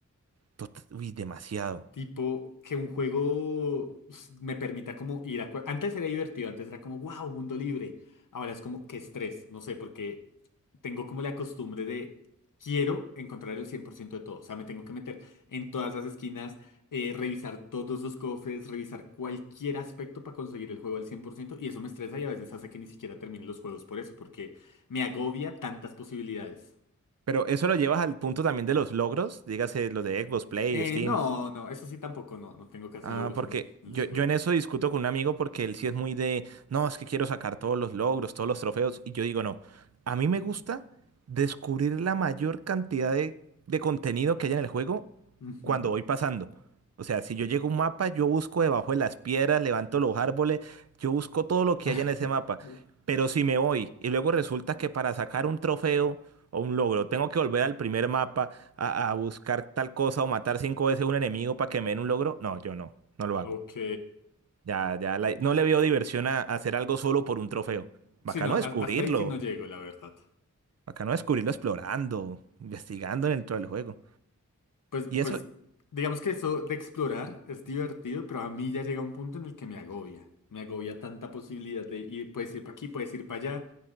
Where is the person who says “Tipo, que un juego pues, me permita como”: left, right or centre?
Left